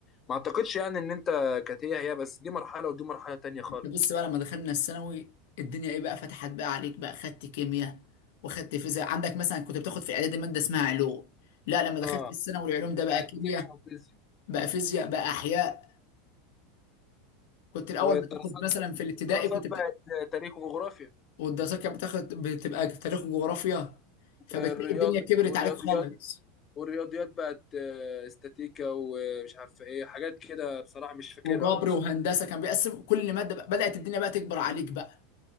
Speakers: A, on the left (about 30°); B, on the left (about 70°).
A: ما اعتقدش يعني ان انت كانت هي هي بس دي مرحله ودي مرحله تانية خالص
B: انت بص بقى لما دخلنا الثانوي الدنيا ايه بقى فتحت بقى عليك بقى خدت كيمياء وخدت فيزياء عندك مثلا كنت بتاخد في اعدادي ماده اسمها علوم لا لما دخلت
A: اه
B: الثانوي العلوم ده بقى
A: بقت
B: كيمياء
A: كيمياء وفيزياء
B: بقى فيزياء بقى احياء كنت الاول
A: والدراسات
B: بتاخد مثلا
A: بقى
B: في الابتدائي
A: الدراسات
B: كنت بت...
A: بقت تاريخ وجغرافيا
B: والدراسات كانت بتاخد بتبقى تاريخ وجغرافيا فبتلاقي
A: الرياضي
B: الدنيا كبرت
A: والرياضيات
B: عليك خالص
A: والرياضيات بقت آه، استاتيكا ومش عارف ايه حاجات كده بصراحه مش فاكرها
B: وجبر
A: انا اصلا
B: وهندسه كان بيقسم كل ماده بقى. بدات الدنيا بقى تكبر عليك بقى